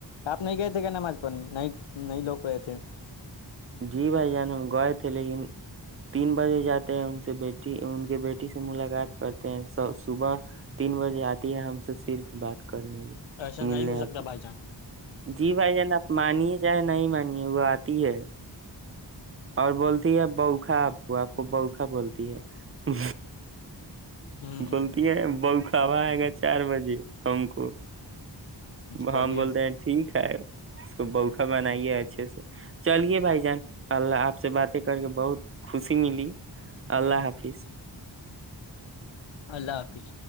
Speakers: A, on the left; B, on the right.
A: آپ نہیں گئے تھے کیا نم آج نہیں نہیں لوگ رہے تھے
B: جی بھائی جان ہم گئے تھے لیکن تین بجے جاتے ہیں ان سے بیٹی ان کے بیٹی سے ملاقات کرتے ہیں صبح تین بجے آتی ہے ہم سے صرف بات کرنے لیے
A: ایسا
B: ملنے
A: نہیں ہو
B: آتی
A: سکتا بائی چانس
B: جی بھائی ج ن آپ مانیے چاہے نہیں مانیے وہ آتی ہے اور بولتی ہے بوکھا آپ کو آپ کو بوکھا بولتی ہے
A: ہوں
B: بولتی ہے بوخبا آئے گا چار بجے ہم کو
A: چلیے
B: ہم بولتے ہیں ٹھیک ہے اس کو بوکھا بنائیے اچھے سے چلیے بھائی جان اللہ آپ سے باتیں کر کے بہت خوشی ملی اللہ حافظ
A: اللہ حافظ